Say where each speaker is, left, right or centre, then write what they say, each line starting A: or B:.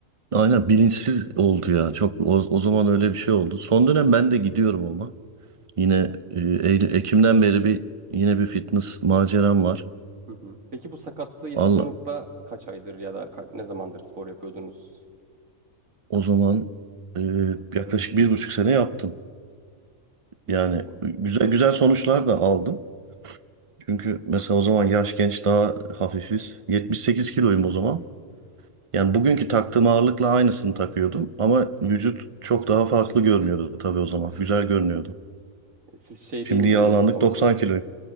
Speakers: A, on the right; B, on the right.
A: Aynen bilinçsiz oldu ya. Çok o, o zaman öyle bir şey oldu. Son dönem ben de gidiyorum ama. Yine e, Eylül- Ekim'den beri bir yine bir fitness maceram var.
B: Hı hı. Peki bu sakatlığı yaşadığınızda
A: Allah
B: kaç aydır ya da ka- ne zamandır spor yapıyordunuz?
A: o zaman e, yaklaşık bir buçuk sene yaptım.
B: Bir
A: Yani
B: buçuk sene.
A: güzel güzel sonuçlar da aldım. Çünkü mesela o zaman yaş genç daha hafifiz. 78 kiloyum o zaman. Yani bugünkü taktığım ağırlıkla aynısını takıyordum ama vücut çok daha farklı görünüyordu tabii o zaman. Güzel görünüyordu.
B: Siz şey
A: Şimdi
B: değil miydiniz
A: yağlandık
B: o zaman?
A: 90 kiloyum.